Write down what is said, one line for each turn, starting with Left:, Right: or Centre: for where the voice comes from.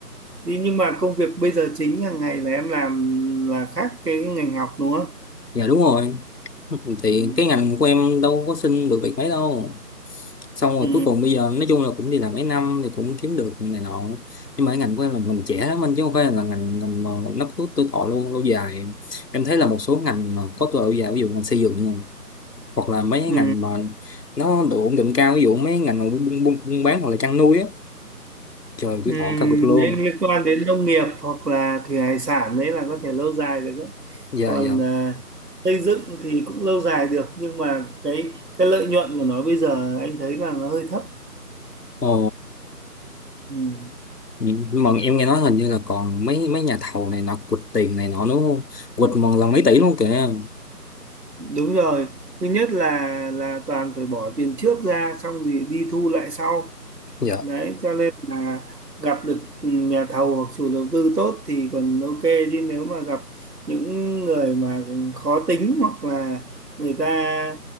Right: Thế nhưng mà công việc bây giờ chính hàng ngày là em làm là khác cái ngành học đúng không?
Left: dạ đúng rồi thì
Right: Ừ.
Left: cái ngành của em đâu có xin được việc mấy đâu xong
Right: Ừ.
Left: rồi cuối cùng bây giờ nói chung là cũng đi làm mấy năm thì cũng kiếm được này nọ nhưng mà cái ngành của em là ngành trẻ lắm anh chứ không phải là ngành ngành mà nó có tuổi thọ lâu lâu dài em thấy là một số ngành mà có tuổi thọ lâu dài ví dụ ngành xây dựng nè, hoặc là mấy cái
Right: Ừ.
Left: ngành mà nó độ ổn định cao ví dụ mấy ngành mà buôn, buôn, buôn bán hoặc là chăn nuôi á trời
Right: Ừ.
Left: tuổi thọ cao cực luôn
Right: Nếu liên quan đến nông nghiệp hoặc là thủy hải sản đấy là có thể lâu dài được đấy.
Left: dạ
Right: Còn
Left: dạ
Right: à, xây dựng thì cũng lâu dài được nhưng mà cái cái lợi nhuận của nó bây giờ anh thấy là nó hơi thấp.
Left: ồ
Right: Ừ.
Left: nhưng mà em nghe nói hình như là còn mấy mấy nhà thầu này nọ quỵt tiền này nọ nữa không quỵt một lần mấy tỷ luôn kìa
Right: Đúng rồi. Thứ nhất là là toàn phải bỏ tiền trước ra xong thì đi thu lại sau.
Left: dạ
Right: đấy cho nên là gặp được nhà thầu hoặc chủ đầu tư tốt thì còn ok chứ nếu mà gặp những người mà khó tính hoặc là người ta